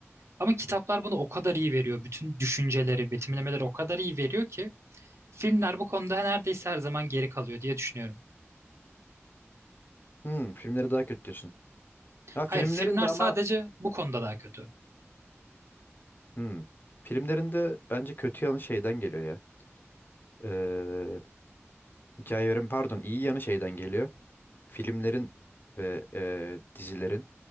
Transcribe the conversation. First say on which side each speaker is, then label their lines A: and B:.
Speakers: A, on the right (about 70°); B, on the left (about 45°).
A: Ama kitaplar bunu o kadar iyi veriyor. Bütün düşünceleri, betimlemeleri o kadar iyi veriyor ki filmler bu konuda neredeyse her zaman geri kalıyor diye düşünüyorum.
B: Hmm, filmleri daha kötü diyorsun. Ha filmlerin
A: Hayır, filmler
B: de ama
A: sadece bu konuda daha kötü.
B: hmm, filmlerin de bence kötü yanı şeyden geliyor ya. Ee, hikayelerin pardon iyi yanı şeyden geliyor. filmlerin ve e, dizilerin